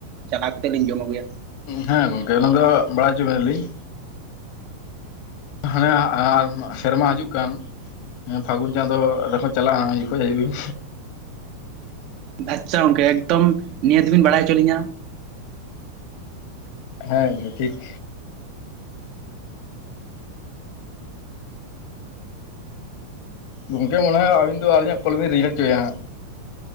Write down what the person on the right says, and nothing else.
ᱪᱟᱞᱟᱣ ᱠᱟᱛᱮᱫ ᱞᱤᱧ ᱡᱚᱢ ᱟᱹᱜᱩᱭᱟ᱾
ᱟᱪᱪᱷᱟ ᱜᱚᱝᱠᱮ ᱮᱠᱫᱚᱢ ᱱᱤᱭᱦᱟᱹᱛᱵᱤᱱ ᱵᱟᱲᱟᱭ ᱦᱚᱪᱚ ᱞᱤᱧᱟ